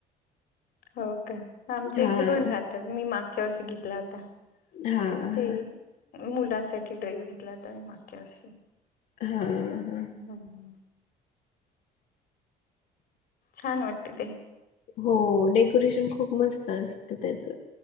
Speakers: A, on the left; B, on the left.
A: हो का आमच्या
B: हा
A: इथे पण राहत. तर मी मागच्या वर्षी घेतला होता
B: हा हा
A: ते मुलासाठी ड्रेस घेतला होता मी मागच्या वर्षी.
B: हम्म, हम्म
A: हम्म, हम्म. छान वाटते ते.
B: हो डेकोरेशन खूप मस्त असतं त्याच.